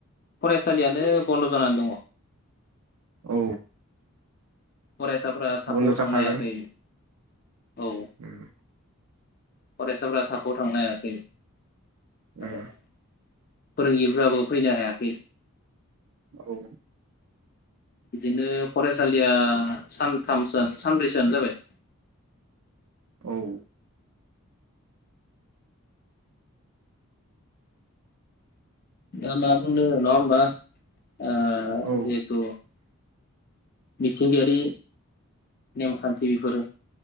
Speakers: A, on the left (about 45°); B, on the right (about 80°).
A: फरायसालियानो बन्द' जानानै दङ
B: औ
A: फरायसाफोरा थाखोआव
B: बन्द' जाखागोन
A: थांनो हायाखै औ
B: उम
A: फरायसाफोरा थाखोआव थांनो हायाखै आरो
B: उम
A: फोरोंगिरिफ्राबो फैनो हायाखै
B: औ
A: बिदिनो फरायसालिया सानथामसान सानब्रैसोयानो जाबाय
B: औ
A: दा मा बुंनो नङा होमबा आ
B: औ
A: जिहेथु मिथिंगायारि नेमखान्थि बेफोरो